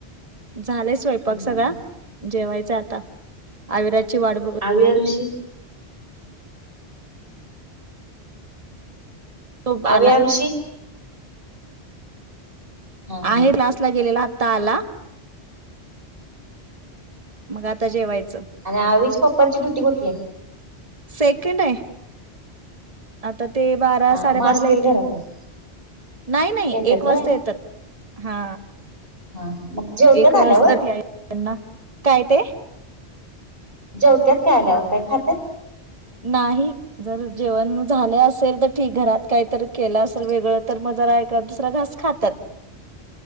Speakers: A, on the right; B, on the right.
A: झालंय स्वयंपाक
B: हं.
A: सगळा. जेवायच आता आविराजची वाट बघ
B: आवि ओर, ऋषी.
A: तो आला
B: आवि आर ऋषी. हा
A: आहे
B: हा
A: क्लसला गेलेला आत्ता आला. मग आता जेवायचं.
B: आणि आवीच्या पप्पांची ड्युटी कुठली?
A: सेकंड आहे आता ते बारा
B: हा
A: साडेबारा
B: मग असतील
A: ला येतील.
B: घरातच
A: नाही नाही
B: येतात
A: एक
B: वय
A: वाजता येतात हा.
B: हा ह मग जेवत्यात
A: एक वाजतात
B: आल्यावर
A: या त्यांना काय ते
B: जवत्यात काय आल्यावर काय खात्यात?
A: नाही. जर जेवण झाले असेल तर ठीक घरात काहीतरी केलं असेल वेगळं तर मग जरा एक एखाद दुसरा घास खातात.